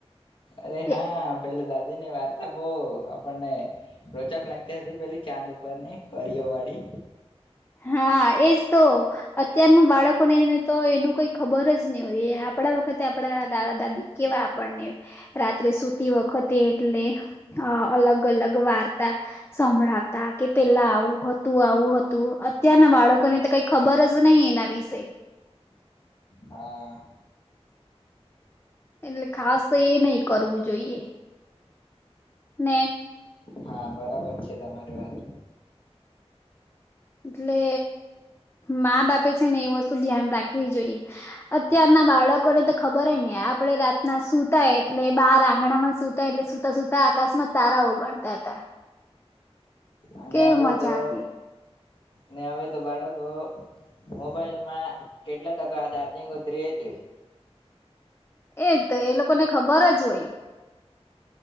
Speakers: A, on the left; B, on the left.
A: અરે
B: એ
A: હા પેલા દાદી ની વાર્તા બો આપણને રોચક લાગતી હતી પેલી ચાંદ ઉપરની પરરીઓ વાળી.
B: હા એજ તો અત્યારના બાળકોનેને તો એનું કઈ ખબર જ નહી હોય આપણા વખતે આપડા દાદા દાદી કેવા આપણને રાત્રે સુતી વખતે એટલે અલગ અલગ વાર્તા સંભળાવતા કે પેલા આવું હતું આવું હતું. અત્યારના બાળકોને તો કઈ ખબર જ નહી એના વિશેય
A: હા.
B: એટલે ખાસ તો એ નહિ કરવું જોઈએ. ને.
A: હા બરાબર છે તમારી વાત.
B: એટલે મા બાપે છે ને એ વસ્તુ ધ્યાન રાખવી જોઈએ અત્યારના બાળકોને તો ખબર હો ને આપણેે રાતના સુતાય એટલે બહાર આંગણામાં સુતાય એટલે સુતા સુતા આકાશમાં તારા ઓ ગણતા હતા.
A: અને
B: કેવી
A: હવે
B: મજા
A: તો
B: આવતી
A: ને હવે તો બાળકો મોબાઈલમાં કેટલા ટકા ચાર્જિંગ ઉતરી એજ જોઈ.
B: એજ તો એ લોકોને ખબર જ હોય.